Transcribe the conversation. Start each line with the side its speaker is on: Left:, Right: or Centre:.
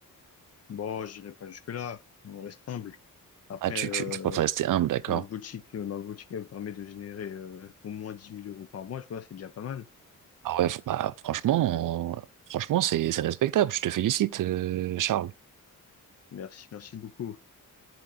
Left: Bon, j'irai pas jusque-là, on reste humble. Après,
Right: Ah, tu,
Left: euh,
Right: tu, tu préfères rester humble, d'accord.
Left: ma boutique, euh, ma boutique elle me permet de générer euh, au moins dix mille euros par mois, tu vois, c'est déjà pas mal.
Right: Ah ouais, f- bah, franchement, euh, franchement, c'est, c'est respectable. Je te félicite, euh, Charles.
Left: Merci, merci beaucoup.